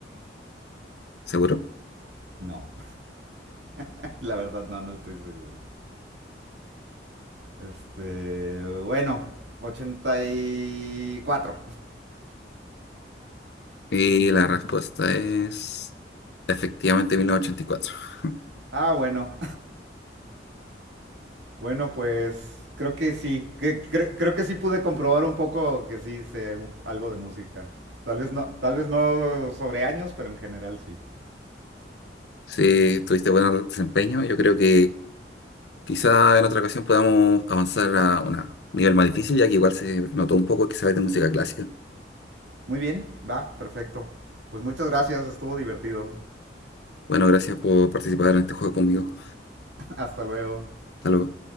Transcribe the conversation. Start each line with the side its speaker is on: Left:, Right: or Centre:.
Left: ¿Seguro?
Right: No, <laughs> la verdad no, no estoy seguro. Este, bueno, 84.
Left: Y la respuesta es Efectivamente, 1984.
Right: Ah, bueno. Bueno, pues creo que sí. Que- cre- creo que sí pude comprobar un poco que sí sé un- algo de música. Tal vez no, tal vez no sobre años, pero en general sí.
Left: Sí, tuviste buen desempeño. Yo creo que quizá en otra ocasión podamos avanzar a un nivel más difícil, ya que igual se notó un poco que sabes de música clásica.
Right: Muy bien, va, perfecto. Pues muchas gracias, estuvo divertido.
Left: Bueno, gracias por participar en este juego conmigo.
Right: <laughs> Hasta luego.
Left: Hasta luego.